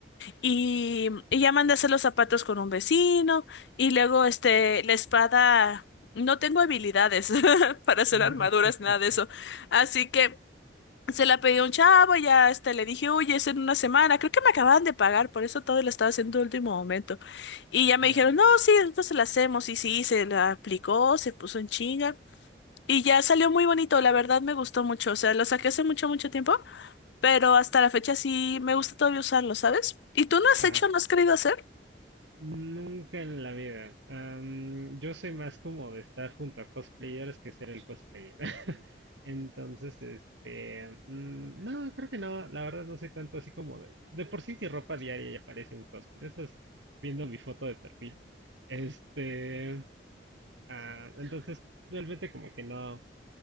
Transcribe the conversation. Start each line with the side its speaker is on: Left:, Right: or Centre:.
Left: Y, y ya mandé a hacer los zapatos con un vecino. Y luego, este, la espada. No tengo habilidades <laughs> para hacer
Right: Ajá.
Left: armaduras,
Right: Ajá.
Left: nada de eso. Así que se la pedí a un chavo, ya este, le dije, oye, es en una semana. Creo que me acababan de pagar, por eso todo lo estaba haciendo de último momento. Y ya me
Right: Ajá.
Left: dijeron, no, sí, entonces la hacemos. Y sí, se la aplicó, se puso en chinga. Y ya salió muy bonito, la verdad me gustó mucho. O sea, lo saqué hace mucho, mucho tiempo, pero hasta la fecha sí me gusta todavía usarlo, ¿sabes? ¿Y tú no has
Right: Ajá.
Left: hecho, no has querido hacer?
Right: Nunca en la vida. Am, yo soy más como de estar junto a cosplayers que ser el cosplayer. <laughs> Entonces, este, mm, no, creo que no, la verdad no soy tanto así como de, de por sí mi ropa diaria ya parece un cosplay. Eso es viendo mi foto de perfil. Este, ah, entonces realmente como que no,